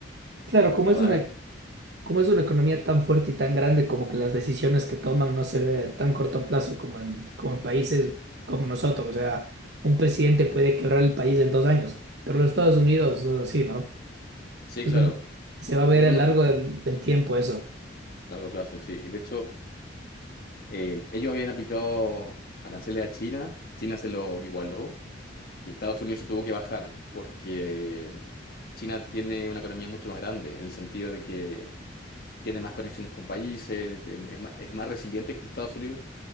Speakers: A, on the right; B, on the left.
A: Claro,
B: pero
A: como
B: en verdad,
A: es una
B: eh,
A: Como es una economía tan fuerte y tan grande, como que las decisiones que toman no se ve tan corto plazo como en, como en países como nosotros. O sea, un presidente puede quebrar el país en dos años, pero los Estados Unidos no es así, ¿no?
B: sí,
A: Es
B: claro.
A: un- se va a ver
B: Y bueno,
A: a lo largo
B: sí,
A: del, del tiempo eso.
B: largo plazo, sí. Y de hecho, eh, ellos habían aplicado aranceles a China, China se los igualó y Estados Unidos se tuvo que bajar porque China tiene una economía mucho más grande, en el sentido de que tiene más conexiones con países, es más es más resiliente que Estados Unidos.